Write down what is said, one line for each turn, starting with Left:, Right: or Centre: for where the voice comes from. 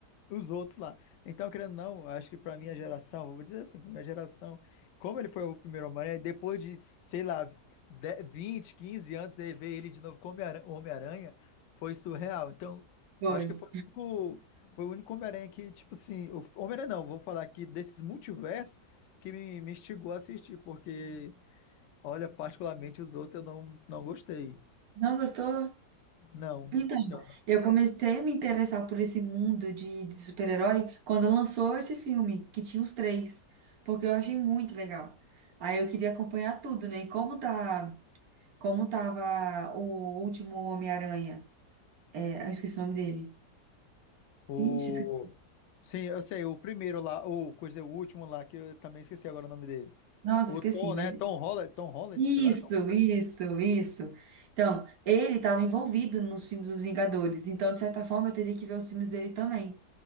Left: os outros lá. Então, querendo ou não, acho que pra minha geração, vamos dizer assim, pra minha geração, como ele foi o primeiro Homem-Aranha, depois de, sei lá, 10, 20, 15 anos, de ver ele de novo como Homem-Aranha, Homem-Aranha, foi surreal. Então,
Right: Foi.
Left: acho que foi o único, foi o único Homem-Aranha que, tipo assim, o Homem-Aranha não, vou falar aqui desses multiversos que me, me instigou a assistir, porque, olha, particularmente os outros eu não, não gostei.
Right: Não gostou?
Left: Não.
Right: Então,
Left: Eu
Right: eu comecei a me interessar por esse mundo de, de super-herói quando lançou esse filme, que tinha os três, porque eu achei muito legal. Aí eu queria acompanhar tudo, né? E como tá, como tava o último Homem-Aranha? É, eu esqueci o nome dele.
Left: o
Right: Ixi, esqueci.
Left: Sim, eu sei, o primeiro lá, ou quer dizer, o último lá, que eu também esqueci agora o nome dele.
Right: Nossa,
Left: O
Right: esqueci,
Left: Tom,
Right: mas...
Left: né? Tom Holland, Tom Holland,
Right: Isso,
Left: sei lá. Tom-
Right: isso, isso. Então, ele estava envolvido nos filmes dos Vingadores, então, de certa forma, eu teria que ver os filmes dele também.